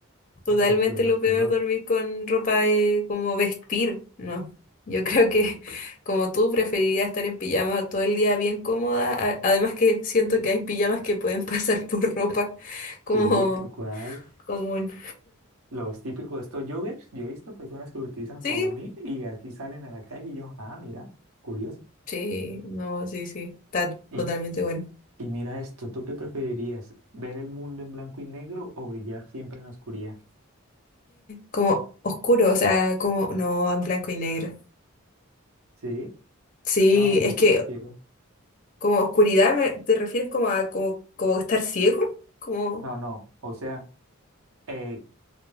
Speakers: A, on the left; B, on the right.
A: totalmente
B: no, de lo
A: lo
B: peor.
A: peor dormir con ropa de como vestir. No, yo <laughs> creo que como tú preferiría estar en pijama todo el día bien cómoda. A- Además que siento que hay pijamas que pueden <laughs> pasar por ropa como
B: Sí, tal cual,
A: común.
B: los típicos estos joggers, yo he visto personas que lo utilizan
A: Sí,
B: para dormir y así salen a la calle y yo, ah, mira, curioso.
A: sí, no, sí, sí, está
B: Y,
A: totalmente bueno.
B: y mira esto, ¿tú qué preferirías? ¿Ver el mundo en blanco y negro o brillar siempre en la oscuridad?
A: Como oscuro, o sea, como no, en blanco y negro.
B: Sí,
A: Sí,
B: no, yo
A: es
B: sí
A: que
B: prefiero,
A: Como oscuridad, me- ¿te refieres como a como, como estar ciego? Como...
B: no, no, o sea, eh,